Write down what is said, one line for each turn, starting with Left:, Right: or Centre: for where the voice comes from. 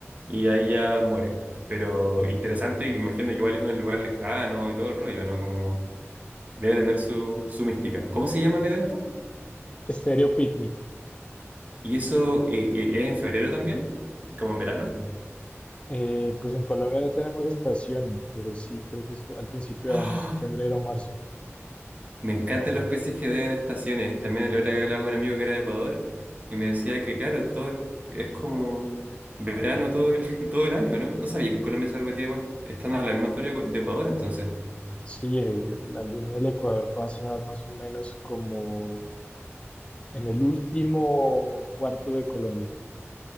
Right: y ahí ya muere. Pero
Left: Ok.
Right: interesante, imagino que igual es un lugar lejano y todo el rollo, ¿no? Como debe tener su, su mística. ¿Cómo se llama el evento?
Left: Estéreo Picnic.
Right: ¿Y eso eh, eh, es en febrero también? ¿Como en verano?
Left: Eh, pues en Colombia no tenemos estaciones, pero sí creo que es al principio
Right: ¡Ah!
Left: de año, febrero o marzo.
Right: Me encantan los peces que odian estaciones. También el otro día hablaba con un amigo que era de Ecuador y me decía que, claro, todo es como verano todo el, <laughs> todo el año, ¿no? No sabía que en Colombia se repetía igual. Están a la misma altura de Ecuador, entonces.
Left: Sí, eh, la línea del Ecuador pasa más o menos como en el último cuarto de Colombia,